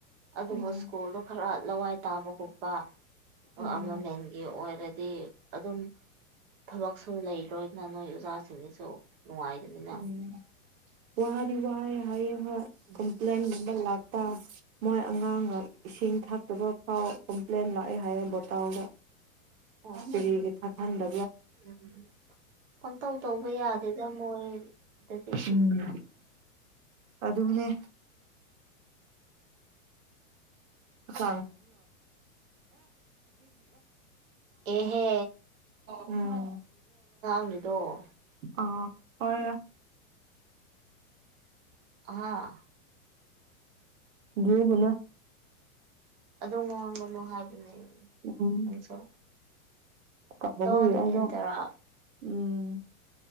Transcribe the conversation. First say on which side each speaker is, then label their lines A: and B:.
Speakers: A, on the right; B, on the right.
A: ꯑꯗꯨꯕꯨ
B: ꯎꯝ
A: ꯁ꯭ꯀꯨꯜꯗꯣ ꯈꯔ ꯂꯋꯥꯏ ꯇꯥꯕꯒꯣꯠꯄ
B: ꯎꯝ
A: ꯑꯃꯃꯦꯟꯒꯤ ꯑꯣꯏ ꯑꯗꯤ ꯑꯗꯨꯝ ꯊꯕꯛꯁꯨ ꯂꯩꯔꯣꯏꯅ ꯅꯣꯏ ꯑꯣꯖꯥꯁꯤꯡꯁꯤꯁꯨ ꯅꯨꯡꯉꯥꯏꯒꯅꯤꯅ
B: ꯎꯝ ꯋꯥꯗꯤ ꯋꯥ ꯍꯥꯏ ꯍꯥꯢꯌꯦ ꯍꯣꯢ
A: ꯎꯝ
B: ꯀꯝꯄ꯭ꯂꯦꯟ ꯒꯨꯝꯕ ꯂꯥꯛ ꯃꯣꯏ ꯑꯉꯥꯡ ꯏꯁꯤꯡ ꯊꯥꯛꯇꯕ ꯐꯥꯎ ꯀꯝꯄ꯭ꯂꯦꯟ ꯂꯥꯛꯑꯦ ꯍꯥꯏꯌꯦ ꯕꯣꯇꯥꯎꯜꯗ
A: ꯍꯣꯏ
B: ꯀ꯭ꯔꯤ ꯒꯤ ꯊꯛꯍꯟꯗ
A: ꯎꯝ ꯄꯪꯇꯧ ꯇꯧꯕ ꯌꯥꯗꯦꯗ ꯃꯣꯏ <unintelligible>
B: ꯎꯝ ꯑꯗꯨꯅꯦ <unintelligible>
A: ꯑꯦꯍꯦ
B: ꯎꯝ
A: ꯑꯗꯣ
B: ꯑꯥ ꯄꯔ
A: ꯑꯍꯥ
B: ꯗꯨꯒꯨꯅ
A: ꯑꯗꯣ ꯉꯍꯥꯡꯕꯅꯣ ꯍꯥꯏꯕꯅꯦ
B: <unintelligible>
A: ꯅꯪꯁꯨ
B: ꯀꯝꯕꯒꯤ
A: ꯗꯣꯟ
B: ꯑꯩꯗꯣ
A: ꯑꯦꯟꯇꯔꯥ
B: ꯎꯝ